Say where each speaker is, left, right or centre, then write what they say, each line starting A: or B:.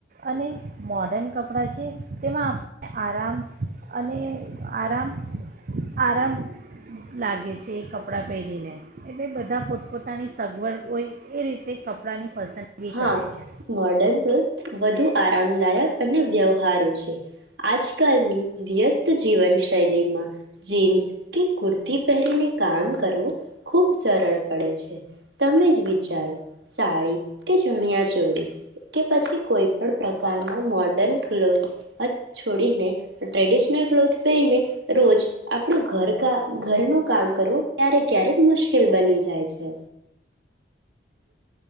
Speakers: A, on the right; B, on the right.
A: અને મોડન કપડાં છે તેમાં આપડે આરામ અને આરામ આરામ લાગે છે એ કપડાં પહેરીને, એટલે બધા પોતપોતાની સગવડ હોય એ રીતે કપડાંની પસંદગી
B: હા,
A: કરે છે
B: મોડન ક્લોથ વધુ આરામદાયક અને વ્યવહારુ છે. આજકાલની વ્યસ્ત જીવન શૈલીમાં જીન્સ કે કુર્તી પહેરીને કામ કરવું ખૂબ સરળ પડે છે, તમેજ વિચારો સાડી કે ચણિયા ચોળી કે પછી કોઈ પણ પ્રકારના મોર્ડર્ન કલૉથેસ અથ છોડીને ટ્રેડિશનલ ક્લોથ પહેરીને રોજ આપડુ ઘર કા ઘરનું કામ કરવું ક્યારે ક્યારેક મુશ્કેલ બની જાય છે.